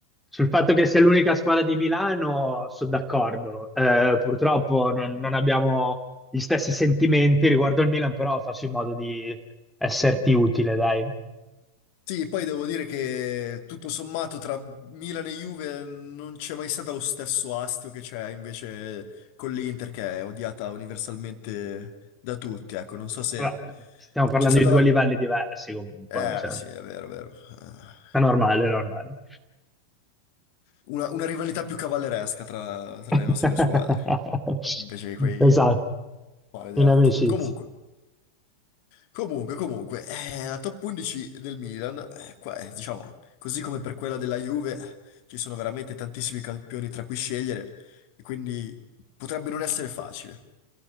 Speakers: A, in the centre; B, on the left.
A: Sul fatto che sia l'unica squadra di Milano sono d'accordo, Eh, purtroppo non, non abbiamo gli stessi sentimenti riguardo il Milan, però faccio in modo di esserti utile, dai.
B: Sì, poi devo dire che tutto sommato tra Milan e Juve non c'è mai stato lo stesso astio che c'è invece con l'Inter, che è odiata universalmente da tutti. Ecco, non so se
A: Vabbè, stiamo parlando
B: c'è stata
A: di due
B: la...
A: livelli diversi comunque,
B: Eh
A: cioè,
B: sì, è vero, è vero. Eh,
A: è normale, è normale.
B: Una, una rivalità più cavalleresca tra, tra
A: <laughs>
B: le nostre due squadre, invece che quei
A: Esatto,
B: maledetti.
A: in amicizia.
B: Comunque. Comunque, comunque, eh, la top 11 del Milan, eh, qua, eh, diciamo, così come per quella della Juve, ci sono veramente tantissimi campioni tra cui scegliere, e quindi potrebbe non essere facile.